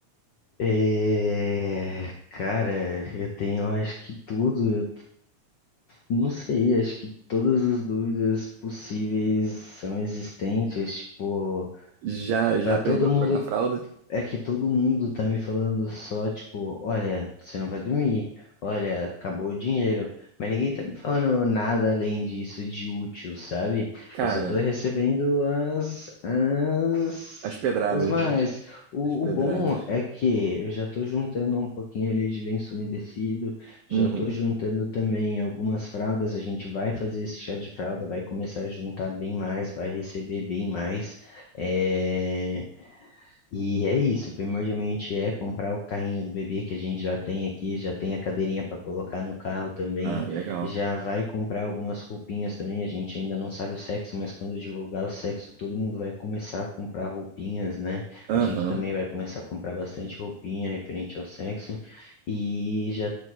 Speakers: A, on the left (about 80°); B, on the right (about 80°).
A: É, cara, eu tenho, acho que tudo, eu não sei, acho que todas as dúvidas possíveis são existentes, tipo,
B: Já, já
A: tá
B: aprendeu
A: todo mundo
B: a trocar fralda?
A: É que todo mundo tá me falando só, tipo, olha, você não vai dormir, olha, acabou o dinheiro. Mas ninguém tá me falando nada além disso de útil, sabe?
B: Cara,
A: Eu só tô recebendo as, as,
B: as pedradas,
A: os mais.
B: né?
A: O,
B: As pedradas.
A: o bom é que eu já tô juntando um pouquinho ali de lenço umedecido, já
B: Uhum.
A: tô juntando também algumas fraldas. A gente vai fazer esse chá de fralda, vai começar a juntar bem mais, vai receber bem mais. É... E é isso, primordialmente é comprar o carrinho do bebê que a gente já tem aqui, já tem a cadeirinha para colocar no carro também,
B: Ah, legal.
A: já vai comprar algumas roupinhas também, a gente ainda não sabe o sexo, mas quando divulgar o sexo, todo mundo vai começar a comprar roupinhas, né?
B: Aham,
A: A gente também vai começar a comprar bastante roupinha referente ao sexo e já